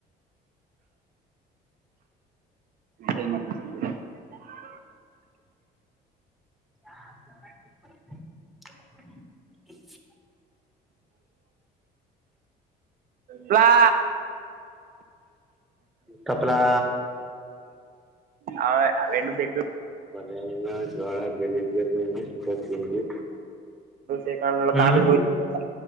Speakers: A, on the right (about 60°); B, in the centre.
A: <unintelligible> <unintelligible> <inaudible> <inaudible>
B: <inaudible>
A: <inaudible> ಪ್ಲಾ
B: ತಪ್ಪಲಾ
A: ಹ ಅವೆಣ ಬೆ
B: ಮನ ಜೂಳ <unintelligible>
A: ಶ್ರೀಕಾಂತ್
B: ಹ್ಮ
A: ಕಾಲೇಜ್ ಹೋಯ್ತಿದ್ರಂತ